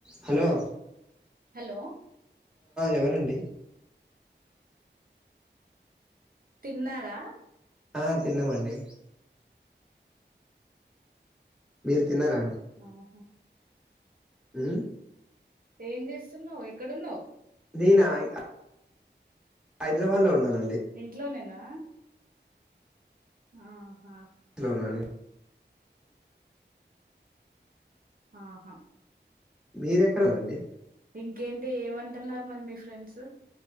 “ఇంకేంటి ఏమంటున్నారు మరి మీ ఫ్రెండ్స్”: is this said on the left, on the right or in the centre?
Right